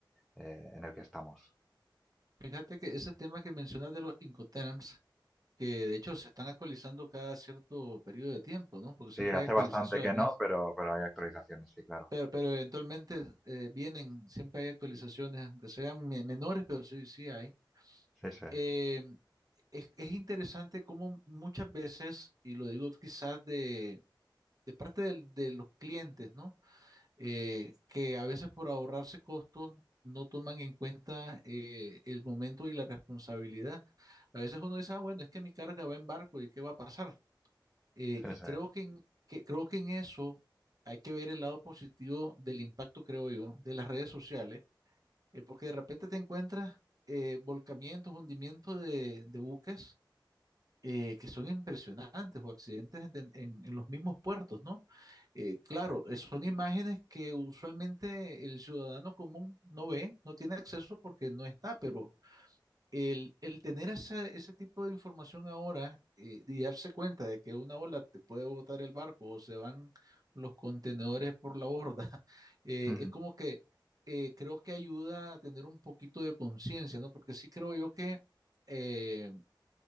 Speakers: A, in the centre; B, on the right.
A: eh, en el que estamos.
B: Fíjate que ese tema que mencionas de los Incoterms, que de hecho se están actualizando cada cierto periodo de tiempo, ¿no? Porque siempre
A: Sí, hace
B: hay actualizaciones,
A: bastante que no, pero, pero hay actualizaciones, sí, claro.
B: pero, pero eventualmente eh, vienen, siempre hay actualizaciones, aunque sean me- menores, pero sí, sí hay.
A: Sí, sí,
B: Eh, es, es interesante cómo muchas veces, y lo digo quizás de, de parte del- de los clientes, ¿no? eh, que a veces por ahorrarse costos no toman en cuenta eh, el momento y la responsabilidad. A veces uno dice, ah, bueno, es que mi carga va en barco y qué va a pasar. Eh,
A: sí,
B: y
A: sí.
B: creo que en, que, creo que en eso hay que ver el lado positivo del impacto, creo yo, de las redes sociales, eh, porque de repente te encuentras eh, volcamientos, hundimientos de, de buques eh, que son impresionantes o accidentes de- en, en los mismos puertos, ¿no? Eh, claro,
A: correcto.
B: eh, son imágenes que usualmente el ciudadano común no ve, no tiene acceso porque no está, pero el, el tener esa- ese tipo de información ahora eh, y darse cuenta de que una ola te puede botar el barco o se van los contenedores por la borda, <laughs> eh,
A: Ujú,
B: es como que eh, creo que ayuda a tener un poquito de conciencia, ¿no? Porque sí creo yo que... eh,